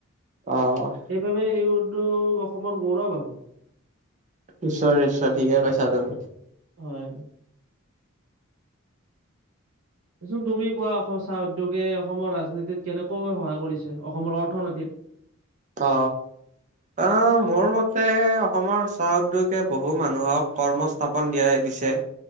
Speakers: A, on the right; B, on the right.
A: অ
B: সেইবাবে এই উদ্যোগ অসমৰ গৌৰৱ আৰু।
A: নিশ্বয় নিশ্বয় ঠিকে কৈছা তুমি।
B: হয়। দেচোন তুমি কোৱা অসম চাহ উদ্যোগে অসমৰ ৰাজনীতিত কেনেকৈ সহায় কৰিছে অসমৰ অৰ্থনীতিত?
A: অ আহ মোৰ মতে অসমৰ চাহ উদ্যোগে বহু মানুহক কৰ্ম স্থাপন দিয়াই দিছে।